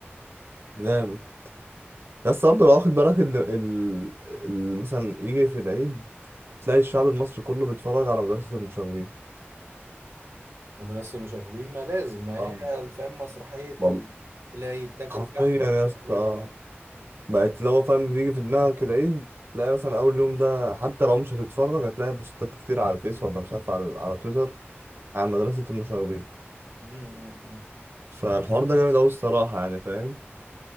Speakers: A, on the right; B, on the right.
A: جامد بس برضه لو واخد بالك ال... ال... ال... مثلا يجي في العيد تلاقي الشعب المصري كله بيتفرج على مدرسة المشاغبين
B: مدرسه مشاغبين ما لازم ما
A: اه
B: هي فاهم مسرحيه
A: والله
B: ال- اللي هي تاكل
A: حرفيا
B: كحك
A: يا
B: وتتفرج
A: اسطى
B: على
A: بقت لو فاهم بيجي في دماغك العيد تلاقي مثلا اول يوم ده حتى لو مش هتتفرج هتلاقي بوستات كتير على الفيس ولا مش عارف على, على تويتر عن مدرسة المشاغبين
B: م- م- م.
A: فالحوار ده جامد قوي الصراحة يعني فاهم